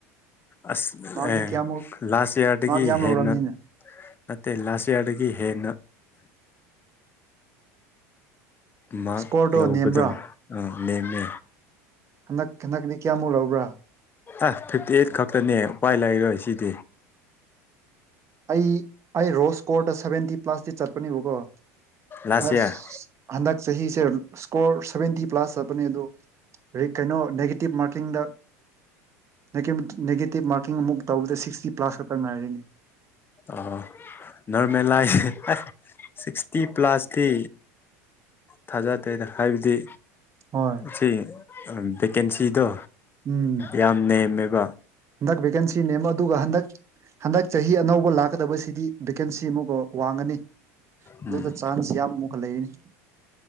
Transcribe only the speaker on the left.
ꯑꯁ
ꯑꯦ
ꯂꯥꯁ ꯌꯔꯗꯒꯤ
ꯍꯦꯟꯅ
ꯅꯠꯇꯦ ꯂꯥꯁ ꯌꯔꯗꯒꯤ ꯍꯦꯟꯅ ꯃꯥꯛ
ꯂꯧꯕꯗꯣ
ꯑ ꯅꯦꯝꯃꯦ
ꯑ ꯐꯤꯞꯇꯤ ꯑꯩꯠ ꯈꯛꯇꯅꯦ ꯎꯄꯥꯏ ꯂꯩꯔꯣꯏ ꯁꯤꯗꯤ
ꯂꯥꯁ
ꯏꯌꯥꯔ
ꯑ ꯅꯣꯔꯃꯦꯂꯥꯏ <unintelligible> ꯑꯥꯢ ꯁꯤꯛꯁꯇꯤ ꯄ꯭ꯂꯁꯇꯤ ꯊꯥꯖꯗꯦꯗ ꯍꯥꯏꯕꯗꯤ
ꯁꯤ ꯚꯦꯀꯦꯟꯁꯤꯗꯣ
ꯌꯥꯝ ꯅꯦꯝꯃꯦꯕ
ꯎꯝ